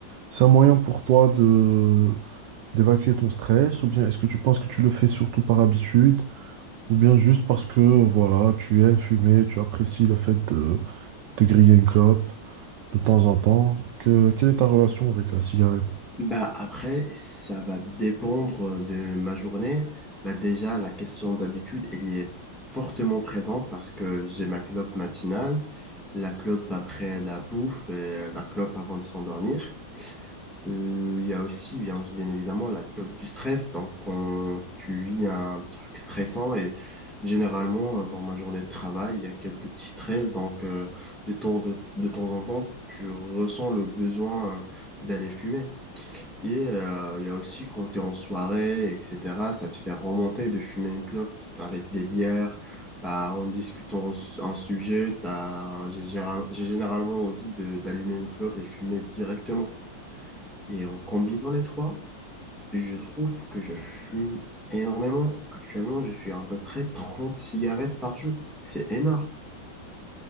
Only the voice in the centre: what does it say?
Bah après, ça va dépendre de ma journée. Bah déjà, la question d'habitude, elle y est fortement présente parce que j'ai ma clope matinale, la clope après la bouffe et la clope avant de s'endormir. Euh, Il y a aussi, bien, bien évidemment, la clope du stress. Donc, quand tu vis un truc stressant et généralement, dans ma journée de travail, il y a quelques petits stress. Donc, euh, de temps, de, de temps en temps, tu ressens le besoin euh, d'aller fumer. Et euh, il y a aussi quand tu es en soirée, etc., ça te fait remonter de fumer une clope avec des bières, bah, en discutant s- un sujet, t'as- j'ai j'ai j'ai généralement envie de- d'allumer une clope et fumer directement. Et en combinant les trois, je trouve que je fume énormément. Actuellement, je suis à peu près 30 cigarettes par jour. C'est énorme.